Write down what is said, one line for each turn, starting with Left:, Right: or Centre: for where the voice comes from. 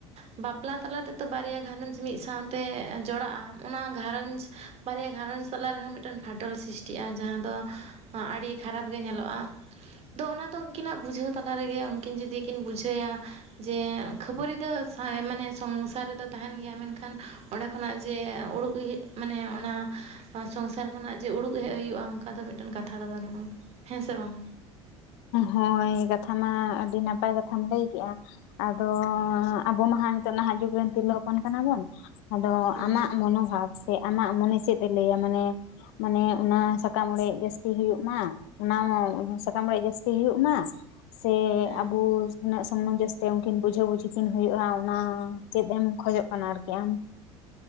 Right: ᱵᱟᱯᱞᱟ ᱛᱟᱞᱟ ᱛᱮᱫᱚ ᱵᱟᱨᱭᱟ ᱜᱷᱟᱨᱚᱸᱡᱽ ᱢᱤᱫ ᱥᱟᱶᱛᱮ ᱡᱚᱲᱟᱜᱼᱟ ᱚᱱᱟ ᱜᱷᱟᱨᱚᱸᱡᱽ ᱵᱟᱨᱭᱟ ᱜᱷᱟᱨᱚᱸᱡᱽ ᱛᱟᱞᱟ ᱨᱮᱦᱚᱸ ᱢᱤᱫᱴᱮᱱ ᱯᱷᱟᱴᱚᱞ ᱥᱤᱨᱤᱥᱴᱤᱜᱼᱟ᱾ ᱠᱮᱜ-ᱟ ᱡᱟᱦᱟᱸ ᱫᱚ ᱟᱹᱰᱤ ᱠᱷᱟᱨᱟᱯ ᱜᱮ ᱧᱮᱞᱚᱜᱼᱟ᱾ ᱟᱫᱚ ᱚᱱᱟ ᱫᱚ ᱩᱱᱠᱤᱱᱟᱜ ᱵᱩᱡᱷᱟᱹᱣ ᱛᱟᱞᱟ ᱨᱮᱜᱮ ᱩᱱᱠᱤᱱ ᱡᱩᱫᱤ ᱠᱤᱱ ᱵᱩᱡᱷᱟᱹᱭᱟ᱾ ᱡᱮ ᱠᱷᱟᱹᱯᱟᱹᱨᱤ ᱫᱚ ᱢᱟᱱᱮ ᱥᱚᱝᱥᱟᱨ ᱨᱮᱫᱚ ᱛᱟᱦᱮᱱ ᱜᱮᱭᱟ ᱢᱮᱱ ᱠᱷᱟᱱ ᱚᱸᱰᱮ ᱠᱷᱚᱱᱟᱜ ᱡᱮ ᱩᱰᱩᱠ ᱦᱩᱭᱩᱜ ᱢᱟᱱᱮ ᱚᱱᱟ ᱥᱚᱝᱥᱟᱨ ᱠᱷᱚᱱᱟᱜ ᱡᱮ ᱩᱰᱩᱠ ᱦᱮᱡ ᱦᱩᱭᱩᱜᱼᱟ ᱚᱱᱠᱟ ᱫᱚ ᱢᱤᱫᱴᱮᱱ ᱠᱟᱛᱷᱟ ᱫᱚ ᱵᱟᱹᱱᱩᱜᱼᱟ ᱦᱮᱸ ᱥᱮ ᱵᱟᱝ᱾
Left: ᱦᱳᱭ ᱠᱟᱛᱷᱟ ᱢᱟ ᱟᱹᱰᱤ ᱱᱟᱯᱟᱭ ᱠᱟᱛᱷᱟᱢ ᱞᱟᱹᱭ ᱠᱮᱜᱼᱟ᱾ ᱟᱫᱚ ᱟᱵᱚ ᱢᱟ ᱱᱟᱦᱟᱜ ᱱᱤᱛᱚᱜ ᱱᱟᱦᱟᱜ ᱡᱩᱜᱽ ᱨᱮᱱ ᱛᱤᱨᱞᱟᱹ ᱦᱚᱯᱚᱱ ᱠᱟᱱᱟᱵᱚᱱ᱾ ᱟᱫᱚ
Right: ᱦᱮᱸ
Left: ᱟᱢᱟᱜ ᱢᱚᱱᱚᱵᱷᱟᱵ ᱥᱮ ᱟᱢᱟᱜ ᱢᱚᱱᱮ ᱪᱮᱫ ᱮ ᱞᱟᱹᱭᱟ ᱢᱟᱱᱮ ᱢᱟᱱᱮ ᱚᱱᱟ ᱥᱟᱠᱟᱢ ᱚᱲᱮᱡ ᱡᱟᱹᱥᱛᱤ ᱦᱩᱭᱩᱜ ᱢᱟ, ᱚᱱᱟ ᱢᱟ ᱥᱟᱠᱟᱢ ᱚᱲᱮᱡ ᱡᱟᱹᱥᱛᱤ ᱦᱩᱭᱩᱜ ᱢᱟ ᱥᱮ
Right: ᱦᱮᱸ
Left: ᱟᱵᱚ ᱩᱱᱟᱹᱜ <inaudible> ᱛᱮ ᱩᱱᱠᱤᱱ ᱵᱩᱡᱷᱟᱹ ᱵᱩᱡᱷᱤ ᱠᱤᱱ ᱦᱩᱭᱩᱜᱼᱟ ᱚᱱᱟ ᱪᱮᱫ ᱮᱢ ᱠᱷᱚᱡᱚᱜ ᱠᱟᱱᱟ ᱟᱨᱠᱤ ᱟᱢ᱾